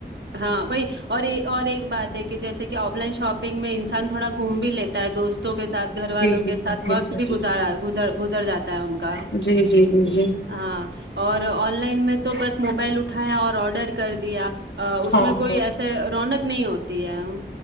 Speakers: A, on the right; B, on the left.
A: ہاں وہی اور اور ایک بات ہے کہ جیسے کہ آف لائن شاپنگ میں انسان تھوڑا گھوم بھی لیتا ہے دوستوں کو کے ساتھ گھر والوں
B: جی جی
A: کے ساتھ
B: جی جی
A: وقت
B: جی
A: بھی گز گزر جاتا ہے ان کا
B: جی جی جی جی
A: ہاں اور آن لائن میں تو بس موبائل اٹھایا اور آرڈر کر دیا اس
B: ہاں
A: میں کوئی
B: ہاں
A: ایسے رونق نہیں ہوتے ہیں